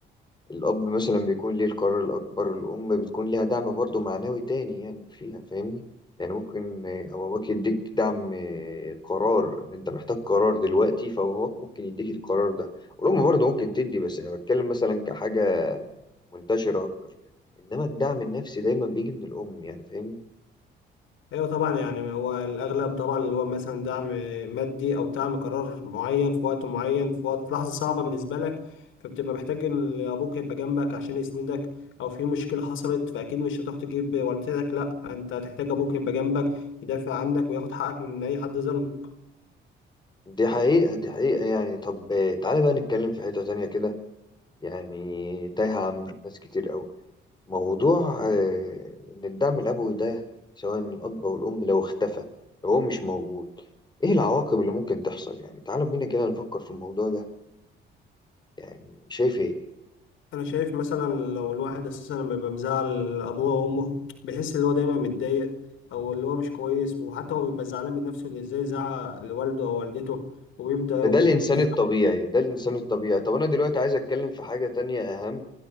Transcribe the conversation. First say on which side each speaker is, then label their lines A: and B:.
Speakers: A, on the left; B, on the left.
A: الأب مثلا بيكون ليه القرار الأكبر الأم بتكون ليها دعم برضه معنوي تاني يعني فيها فاهمني يعني ممكن آه، باباك يديك دعم آه، قرار إن أنت محتاج قرار دلوقتي فباباك ممكن يديك القرار ده والأم برضه ممكن تدي بس أنا بتكلم مثلا كحاجة منتشرة أكتر إنما الدعم النفسي دايما بيجي من الأم يعني فاهمني
B: ايوه طبعا يعني هو الاغلب طبعا اللي هو مثلا دعم مادي او دعم قرار معين في وقت معين في وقت في لحظه صعبه بالنسبه لك فبتبقى محتاج ان ابوك يبقى جنبك عشان يسندك او في مشكله حصلت فاكيد مش هتروح تجيب والدتك لا انت هتحتاج ابوك يبقى جنبك يدافع عنك وياخد حقك من اي حد ظلم
A: دي حقيقة دي حقيقة يعني طب آه، تعالى بقى نتكلم في حتة تانية كده يعني تايهة عن ناس كتير أوي موضوع آه، إن الدعم الأبوي ده سواء من الأب أو الأم لو اختفى لو هو مش موجود إيه العواقب اللي ممكن تحصل يعني تعالوا بينا كده نفكر في الموضوع ده يعني شايف إيه
B: انا شايف مثلا لو الواحد اساسا لما بيبقى مزعل ابوه او امه بيحس ان هو دايما متضايق او اللي هو مش كويس وحتى هو بيبقى زعلان من نفسه اللي ازاي زعق لوالده او والدته وبيبدا
A: ده
B: وبيه
A: الإنسان الطبيعي ده الإنسان الطبيعي طب أنا دلوقتي عايز أتكلم في حاجة تانية أهم